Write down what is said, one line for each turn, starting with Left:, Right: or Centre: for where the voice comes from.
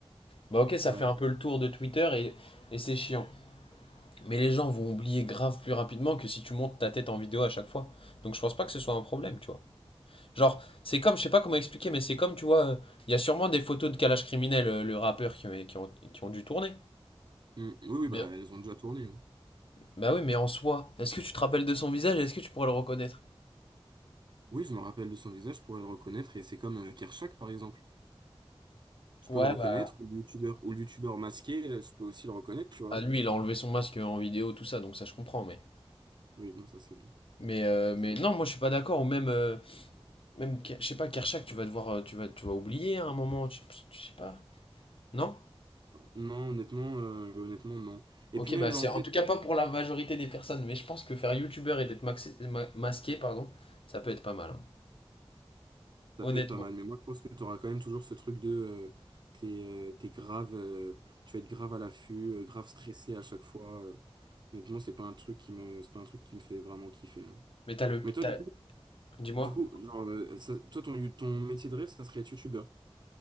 Left: Bah ok, ça
Right: Ouais.
Left: fait un peu le tour de Twitter et, et c'est chiant. Mais les gens vont oublier grave plus rapidement que si tu montes ta tête en vidéo à chaque fois. Donc je pense pas que ce soit un problème, tu vois. Genre, c'est comme, je sais pas comment expliquer, mais c'est comme, tu vois, euh, il y a sûrement des photos de Kalash criminel, euh, le rappeur, qui, ont- qui ont, qui ont dû tourner.
Right: Mm. Oui, oui,
Left: Bien.
Right: bah elles ont déjà tourné. hein.
Left: Bah oui, mais en soi, est-ce que tu te rappelles de son visage? et Est-ce que tu pourrais le reconnaître?
Right: Oui, je me rappelle de son visage pour le reconnaître et c'est comme euh, Kershak par exemple. Je
Left: Ouais,
Right: peux le reconnaître,
Left: bah...
Right: ou le youtubeur, ou le youtubeur masqué, euh, je peux aussi le reconnaître, tu vois.
Left: Ah, lui, il a enlevé son masque en vidéo, tout ça, donc ça je comprends, mais...
Right: Oui, bon, ça c'est.
Left: Mais, euh,
Right: ça,
Left: mais
Right: c'est-
Left: non, moi je suis pas d'accord. Ou même, euh, même je sais pas, Kershak, tu vas devoir, euh, tu vas, tu vas oublier à un moment. Tu, je sais pas. Non?
Right: Non, honnêtement, euh, honnêtement, non. Et
Left: Ok,
Right: puis même,
Left: bah
Right: genre,
Left: c'est
Right: en fait,
Left: en tout cas pas pour la majorité des personnes. Mais je pense que faire youtubeur et d'être maxé- ma- masqué, pardon, ça peut être pas mal. hein.
Right: ça
Left: Honnêtement.
Right: peut être pas mal, mais moi je pense que tu auras quand même toujours ce truc de. euh, t'es euh, t'es grave, euh, tu vas être grave à l'affût, euh, grave stressé à chaque fois. euh. honnêtement, c'est pas un truc qui me, c'est pas un truc qui me fait vraiment kiffer. hein.
Left: Mais t'as le,
Right: Mais toi,
Left: t'as-
Right: du coup,
Left: dis-moi.
Right: du coup, genre, euh, ça- toi, ton, ton métier de rêve, ça serait être youtubeur.